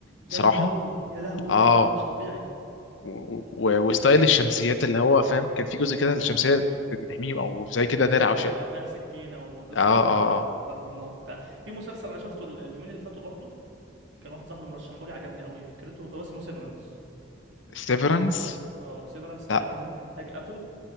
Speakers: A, on the right; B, on the left.
A: جامد
B: صراحه
A: قوي يا لهوي
B: اه
A: ايه ده مش طبيعي
B: و- و- وستايل الشمسيات اللي هو فاهم كان في جزء كده الشمسيه بتحميه او زي كده
A: السودة
B: درع او شيء
A: دي اه فيها سكينة وضد
B: اه اه
A: ال-
B: اه
A: ضرب النار وبتاع في مسلسل انا شفته ال- اليومين اللي فاتوا برضو كان واحد صاحبي مرشحه لي عجبني قوي فكرته هو اسمه سيفرنس
B: سيفرنس
A: اه سيفرنس تقريبا
B: لا
A: من انتاج ابل